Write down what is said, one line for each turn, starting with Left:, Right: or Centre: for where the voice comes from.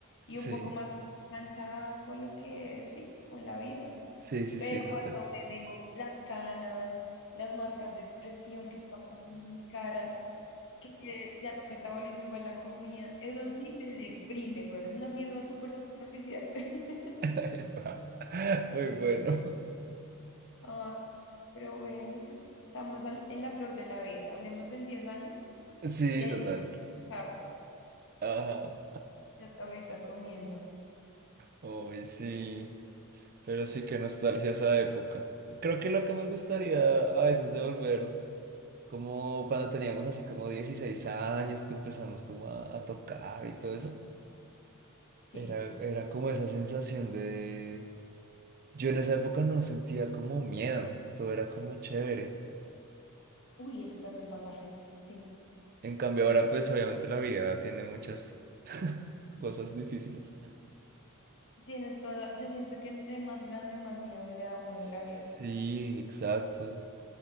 Left: y
Right: Sí,
Left: un poco más cancha con lo que, sí, con la vida.
Right: sí, sí,
Left: Pero
Right: sí, total.
Left: cuando me veo las canas, las marcas de expresión que están saliendo en mi cara, que ya no metabolizo igual la comida, eso sí me deprime, güey. Es una mierda súper superficial. <laughs>
Right: <laughs> Epa, Muy bueno.
Left: Ah, pero bueno, pues estamos al- en la flor de la vida. Hablemos en 10 años
Right: Sí,
Left: y ahí
Right: total.
Left: sí dejarnos.
Right: Ajá.
Left: Y hasta ahorita comienza.
Right: Uy, sí. Pero sí, qué nostalgia esa época. Creo que lo que me gustaría a veces de volver, como cuando teníamos así como 16 años, que empezamos como a, a tocar y todo eso,
Left: Sí.
Right: era, era como esa sensación de... Yo en esa época no sentía como miedo, todo era como chévere.
Left: Uy, eso también pasa resto, sí.
Right: En cambio
Left: Como
Right: ahora pues obviamente la vida tiene muchas <laughs> cosas difíciles.
Left: tienes toda la- Yo siento que entre más grande, más miedo le da a uno
Right: Sí,
Left: de la vida.
Right: exacto.